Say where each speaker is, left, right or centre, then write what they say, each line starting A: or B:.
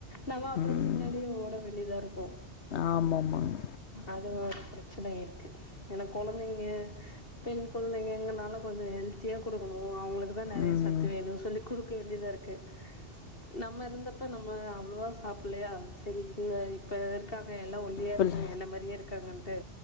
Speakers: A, on the left (about 50°); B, on the left (about 70°).
A: நம்ம அப்புறோ
B: ம்
A: பின்னாடியே ஓட வேண்டியதா இருக்கோ
B: ஆமாமாங்க
A: அது ஒரு பிரச்சன இருக்கு ஏன்னா கொழந்தைங்க பெண் கொழந்தைங்க எங்கனால கொஞ்சோ ஹெல்த்தியா குடுக்கணு அவுங்குளுக்குதா நறைய
B: ம்
A: சத்து வேணு சொல்லி குடுக்க வேண்டியதா இருக்கு நம்ம இருந்தப்ப நம்ம அவ்ளோவா சாப்புடலையா சரி போங்க இப்ப இரு க்காங்க எல்லா ஒல்லியா இருக்காங்க
B: பிள்ள
A: என்ன மாரியே இருக்காங்கன்ட்டு